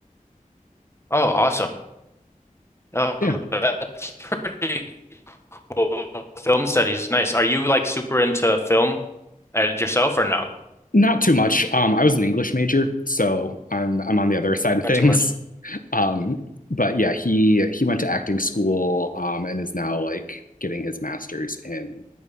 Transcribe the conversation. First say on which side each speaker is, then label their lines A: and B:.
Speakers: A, on the left; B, on the left.
A: Oh, awesome. Oh,
B: Yeah,
A: that's pretty cool. Film studies. Nice. Are you like super into film uh, yourself or no?
B: not too much. Um, I was an English major, so I'm I'm on the other side of
A: Not
B: things.
A: too much.
B: <laughs> Um, but yeah, he he went to acting school, um, and is now like getting his master's in